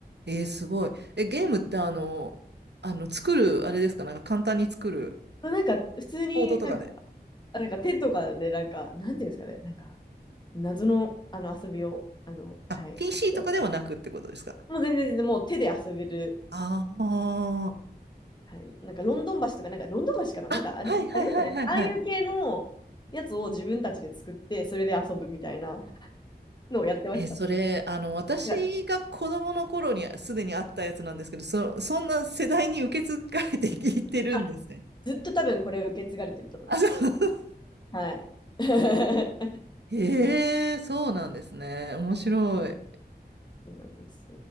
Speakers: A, on the right; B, on the left.
A: えー、すごい。え、ゲームってあの、あの、作る、あれですかなんか簡単に作る、
B: なんか普通になんか、
A: コードとかで。
B: なんか手とかでなんか、なんていうんですかね、なんか謎の、あの遊びを、あの、
A: あ、
B: はい、
A: PC
B: 彼女は。
A: とかではなくってことですか
B: もう全然全然もう手で遊べる。
A: あ
B: はい、なんかロンドン橋とか、なんかロンドン橋かななんかあり、
A: あー、あ、はいはいはいはいはい。
B: ありますよね。ああいう系のやつを自分たちで作って、それで遊ぶみたいなのをやってました。
A: え、それ、
B: い
A: あの、私が子供の頃にすでにあったやつなんですけど、
B: や
A: そ、そんな世代に受け継がれていってるんですね。
B: あずっと多分これ受け継がれてると思います。
A: あ、そう。<laughs>
B: はい。<laughs>
A: へえ、そうなんですね。面白い。
B: そうなんです。